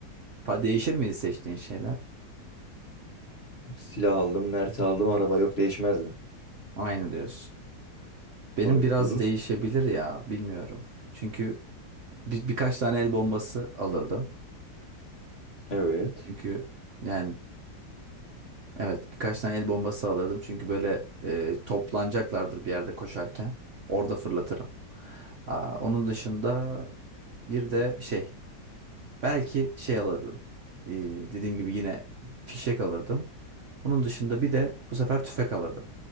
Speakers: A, on the right; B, on the left.
A: Fa değişir miydi seçtiğin şeyler?
B: Silah aldım, merti aldım, araba yok değişmezdi.
A: Aynı diyorsun. Benim
B: Tabii
A: biraz
B: vurur.
A: değişebilir ya bilmiyorum. Çünkü bir, birkaç tane el bombası alırdım.
B: Evet.
A: Çünkü yani evet birkaç tane el bombası alırdım. Çünkü böyle e, toplanacaklardır bir yerde koşarken. Orada fırlatırım. Aa, onun dışında bir de şey belki şey alırdım. Ee, dediğim gibi yine fişek alırdım. Bunun dışında bir de bu sefer tüfek alırdım.